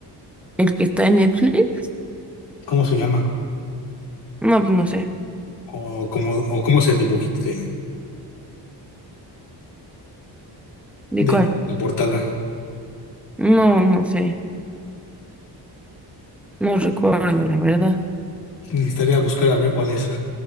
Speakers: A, in the centre; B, on the left.
A: el que está en Netflix?
B: ¿Cómo se llama?
A: No, pues no sé,
B: O cómo, o cómo se dibujita de,
A: ¿de
B: de
A: cuál?
B: la portada.
A: No, no sé, no recuerdo, la verdad.
B: Necesitaría buscar a ver cuál es.